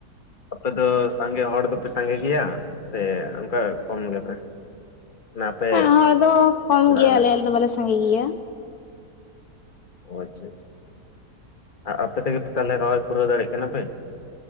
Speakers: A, on the left; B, on the left.
A: ᱟᱯᱮ ᱫᱚ ᱥᱟᱸᱜᱮ ᱦᱚᱲ ᱫᱚᱯᱮ ᱥᱟᱸᱜᱮ ᱜᱮᱭᱟ ᱥᱮ ᱚᱝᱠᱟ ᱠᱚᱢ ᱜᱮᱯᱮ ᱚᱱᱟ ᱟᱯᱮ
B: ᱦᱮᱸ ᱦᱚᱲ ᱫᱚ ᱠᱚᱢ
A: ᱚᱲᱟᱜ
B: ᱜᱮᱭᱟᱞᱮ
A: ᱨᱮ
B: ᱟᱞᱮ ᱫᱚ ᱵᱟᱞᱮ ᱥᱟᱸᱜᱮ ᱜᱮᱭᱟ
A: ᱚ ᱟᱪᱪᱷᱟ ᱟᱪᱪᱷᱟ ᱟᱯᱮ ᱛᱮᱜᱮ ᱯᱮ ᱛᱟᱦᱮᱞᱮ ᱨᱚᱦᱚᱭ ᱯᱩᱨᱟᱹᱣ ᱫᱟᱲᱮᱜ ᱠᱟᱱᱟ ᱯᱮ